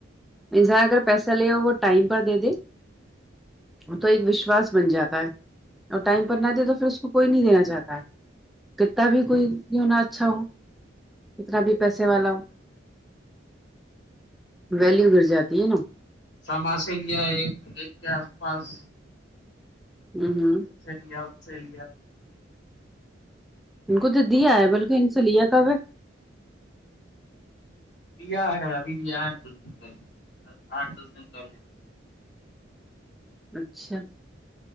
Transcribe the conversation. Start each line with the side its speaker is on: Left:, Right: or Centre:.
Centre: ماں اگر پیسہ لے ہو وہ ٹائم پر دے دے تو ایک وشواس بن جاتا ہے اور ٹائم پر نہ د تو پھر اس کوئی نہیںینا چاہتا ہے کتنا بھی کوئی کیوں نہ اچھا ہو کتنا بھی پیسے والا ہو ویلیو گر جاتی ہے نا
Left: سما سے لیا ایک ایک کے آس پاس
Centre: ہوں ہوں
Left: آسٹریلیا آسٹریلیا
Centre: ان کو تو دیا ہے بلکہ ان سے لیا کب ہے
Left: اب آ ہے ابھی بھی آیا ہے کچھ دن پہلے آٹھ دس دن پہلے
Centre: اچھا